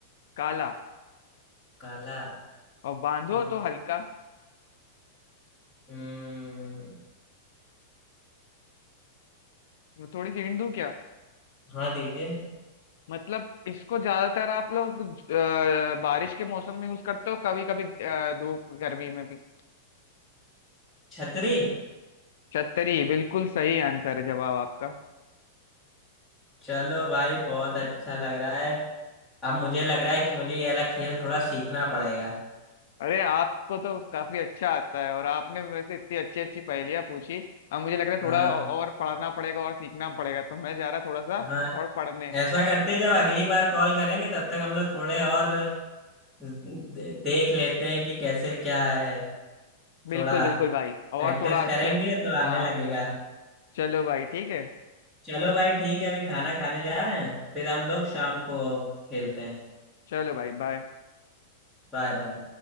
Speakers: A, on the left (about 65°); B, in the centre.
A: काला
B: काला
A: और बांधो
B: और
A: तो हल्का
B: हम्म
A: मैं थोड़ी सी हिंट दूं क्या
B: हाँ दीजिए
A: मतलब इसको ज्यादातर आप लोग अ, बारिश के मौसम में यूज करते हो कभी कभी धूप गर्मी में भी
B: छतरी
A: छतरी बिल्कुल सही आंसर है जवाब आपका
B: चलो भाई बहुत अच्छा लग रहा है अब मुझे लग रहा है कि मुझे ये वाला खेल थोड़ा सीखना पड़ेगा
A: अरे आपको तो काफी अच्छा आता है और आपने मेरे से इतनी अच्छी अच्छी पहेलियां पूछी अब मुझे लग रहा है थोड़ा
B: हाँ
A: और पढ़ना पड़ेगा और सीखना पड़ेगा तो मैं जा रहा थोड़ा सा
B: हाँ
A: और पढ़ने
B: ऐसा करते जब अगली बार कॉल करेंगे तब तक हम लोग थोड़े और दे- देख लेते हैं कि कैसे क्या है
A: बिल्कुल
B: थोड़ा
A: बिल्कुल भाई और
B: प्रैक्टिस
A: थोड़ा अच्छे
B: करेंगे तो आने
A: हाँ
B: लगेगा
A: चलो भाई ठीक है
B: चलो भाई ठीक है अभी खाना खाने जा रहे हैं फिर हम लोग शाम को खेलते हैं
A: चलो भाई बाय
B: Bye bye